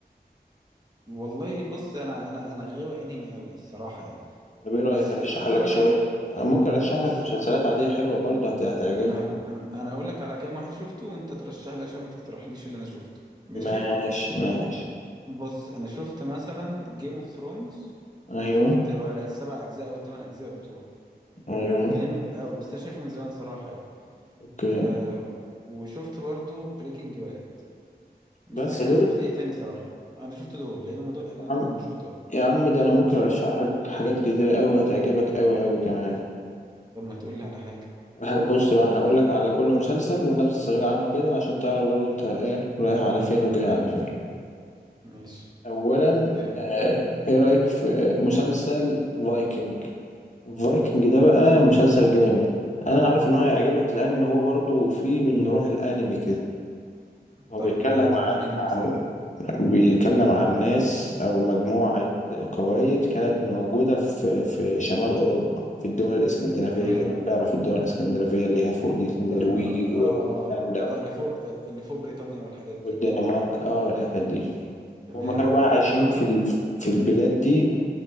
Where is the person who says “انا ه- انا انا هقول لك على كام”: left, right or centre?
Right